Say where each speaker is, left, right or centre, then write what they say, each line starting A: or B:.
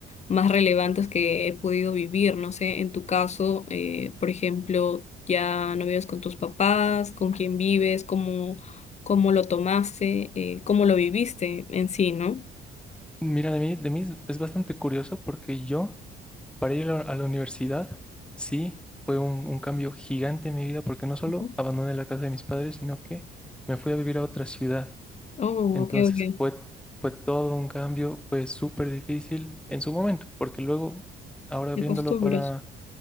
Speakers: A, on the left; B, in the centre.
A: más relevantes que he podido vivir. No sé, en tu caso, eh, por ejemplo, ya no vives con tus papás, con quién vives, cómo, cómo lo tomaste, eh, cómo lo viviste en sí, ¿no?
B: Mira, de mí, de mí es es bastante curioso porque yo, para ir a la a la universidad, sí, fue un, un cambio gigante en mi vida porque no solo
A: Ujú.
B: abandoné la casa de mis padres, sino que me fui a vivir a otra ciudad.
A: Oh,
B: Entonces
A: ok, ok.
B: fue, fue todo un cambio, fue súper difícil en su momento, porque luego, ahora
A: De
B: viéndolo
A: costumbres.
B: para,